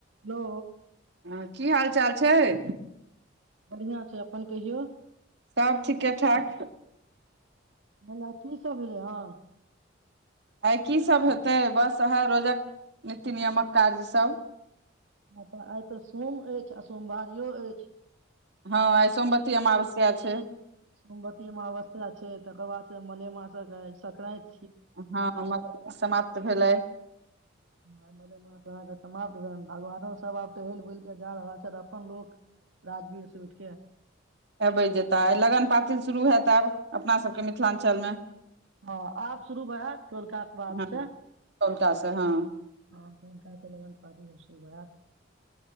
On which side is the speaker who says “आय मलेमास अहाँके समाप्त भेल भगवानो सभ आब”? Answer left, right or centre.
Right